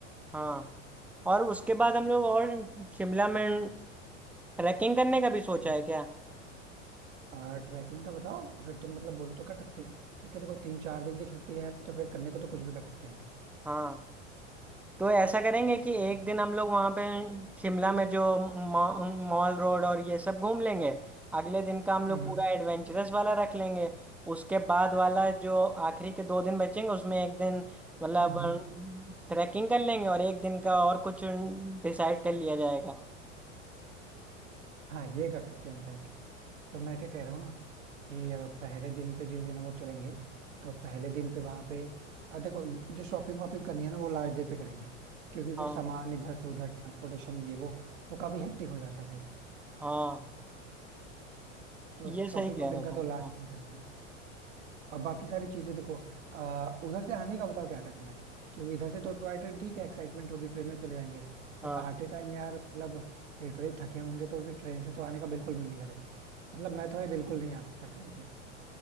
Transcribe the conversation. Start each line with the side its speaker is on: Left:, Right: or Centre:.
Centre: हाँ और उसके बाद हम लोग और शिमला में ट्रैकिंग करने का भी सोचा
Right: हम्म।
Centre: है क्या
Right: और ट्रैकिंग का बताओ अगर तुम मतलब बोलो तो कर सकते हैं क्योंकि देखो तीन चार दिन की छुट्टी है तो फिर करने को तो कुछ भी कर सकते हैं
Centre: हाँ तो ऐसा करेंगे कि
Right: तो
Centre: एक दिन हम लोग वहाँ पे शिमला में जो मॉ- मॉल रोड और ये सब घूम लेंगे अगले दिन का हम लोग
Right: हम्म
Centre: पूरा एडवेंचरस वाला रख लेंगे उसके बाद वाला जो आखिरी के दो दिन बचेंगे उसमें एक दिन मतलब
Right: हम्म
Centre: ट्रैकिंग कर लेंगे और एक दिन का और कुछ डिसाइड कर लिया जाएगा
Right: हाँ ये कर सकते हैं इनफैक्ट तो मैं क्या कह रहा हूँ ना कि अ, पहले दिन पे जिस दिन हम लोग चलेंगे तो पहले दिन पे वहां पे अ, देखो जो शॉपिंग वॉपिंग करनी है ना वो लास्ट डे पे करेंगे क्योंकि फिर
Centre: हाँ
Right: सामान इधर से उधर ट्रांसपोर्टेशन ये वो वो काफी हेक्टिक हो जाता है फिर।
Centre: हाँ
Right: तो
Centre: ये
Right: शॉपिंग
Centre: सही कह
Right: वॉपिंग
Centre: रहा
Right: का
Centre: तुम
Right: तो लास्ट
Centre: हाँ
Right: में ही करेंगे और बाकी सारी चीजें देखो अ, उधर से आने का बताओ क्या करना है क्योंकि इधर से तो टॉय ट्रेन ठीक है एक्साइटमेंट होगी ट्रेन में चले जाएंगे
Centre: हाँ
Right: बट आते टाइम यार मतलब लिटरली थके होंगे तो फिर ट्रेन से तो आने का बिल्कुल मन नहीं करेगा मतलब मैं तो है बिल्कुल नहीं आ सकता ट्रेन से